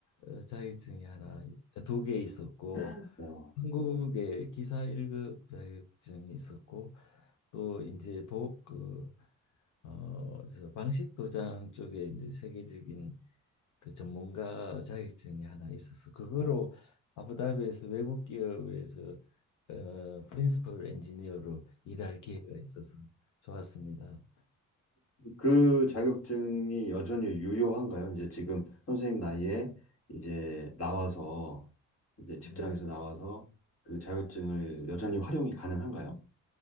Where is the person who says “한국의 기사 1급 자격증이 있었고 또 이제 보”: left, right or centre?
Left